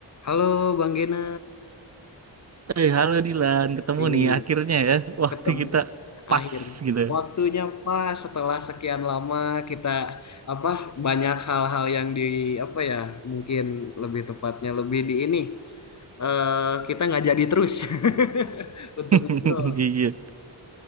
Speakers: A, on the left (about 40°); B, on the right (about 35°).
A: Halo Bang Gena,
B: Eh, halo Dilan, ketemu
A: Ih,
B: nih akhirnya ya. Waktu
A: ketemu
B: kita pas
A: akhir
B: gitu.
A: waktunya pas setelah sekian lama kita apa banyak hal-hal yang di apa ya mungkin lebih tepatnya lebih di ini eh kita nggak jadi terus <laughs> untuk
B: <laughs>
A: ngobrol.
B: Iya.